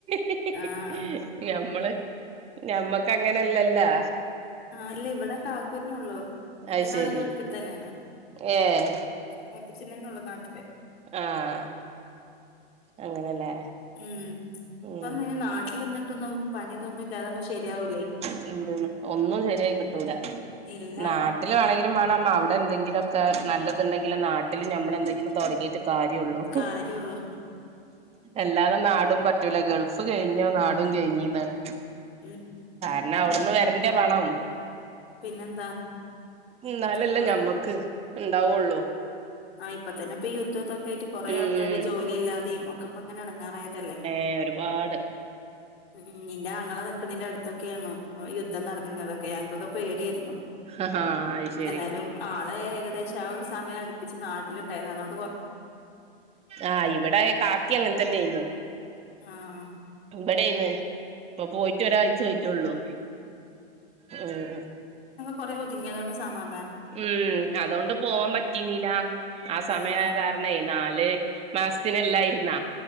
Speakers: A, on the right (about 20°); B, on the left (about 75°).
A: ഹി
B: ആഹ്
A: ഹി ഞമ്മള് ഞമ്മക്ക് അങ്ങനെല്ലല്ലാ.
B: ആഹ് ഇല്ല ഇവിടെ കാക്കുതന്നെ ഒള്ളു ഇന്റെ
A: അത് ശരി
B: ആള് ഗൾഫിൽ തന്നെയാണ്.
A: ഏഹ്
B: മൂത്തച്ചനെന്നെ ഒള്ളു നാട്ടില്.
A: ആഹ് അങ്ങനെല്ലേ.
B: ഉം
A: ഉം
B: പ്പം നാട്ടിൽ നിന്നിട്ടൊന്നും പണിതൊന്നു ഇല്ലാതെ ശരിയാവൂല്ലേ.
A: <unintelligible> ഒന്നും ശെരിയായി കിട്ടൂല
B: ഇല്ല
A: നാട്ടില് വേണമെങ്കിലും വേണം. അവിടെ എന്തെങ്കിലുക്കെ നല്ലതുണ്ടെങ്കിൽ നാട്ടിൽ ഞമ്മള് എന്തെങ്കിലും തൊടങ്ങിട്ട് കാര്യഒള്ളൂ.
B: കാര്യള്ളൂ ഉം
A: എല്ലാതെ നാടും പറ്റൂല്ല. ഗൾഫ് കഴിഞ്ഞാ നാടും കഴിഞ്ഞ്ന്നാണ്.
B: ഉംമ്
A: ന്നാ അവിടുന്ന് വരണ്ടേ പണം.
B: പിന്നെന്താ
A: എന്നാലല്ലേ
B: ഇപ്പൊ
A: ഞമ്മക്ക് ഉണ്ടാവുള്ളൂ.
B: ആഹ് ഇപ്പ തന്നെ ഇപ്പൊ ഈ യുദ്ധത്തൊക്കെ ആയിട്ട് കൊറെേ
A: ഉം
B: ആൾക്കാര് ജോലി ഇല്ലാതെയ ഒക്കെ ഇപ്പ അങ്ങനെ അടങ്ങാറായതല്ലേ.
A: ഏ ഒരുപാട്.
B: ഉം നിന്റെ ആങ്ങളെ നക്കണന്റെ അടുത്തൊക്കെ ആന്നു യുദ്ധം നടന്നരുന്നതൊക്കെ ഞങ്ങക്കൊക്കെ പേടിയരുന്നു
A: ആഹാ അത് ശരി
B: എന്തായാലും ആളെ ഏകദേശം ഒരു സമയം അടുപ്പിച്ച് നാട്ടിലണ്ടായിരുന്നു അതൊണ്ട്
A: ആഹ് ഇവിടെ കാക്കിമ് അങ്ങനെ തന്നെ ആയിരുന്നു.
B: ആഹ്
A: ഇവിടെന്ന് ഇപ്പൊ പോയിട്ട് ഒരായിചായി. ലുള്ളു ഹമ്
B: കുറെ ഒതുങ്ങിയതൊണ്ട് സമാ
A: ഉം അതോണ്ട് പോവാൻ പറ്റീന്നില്ല ആ സമയം
B: ആഹ്
A: ആയ കാരണം നല് മാസത്തിലല്ലായിരുന്ന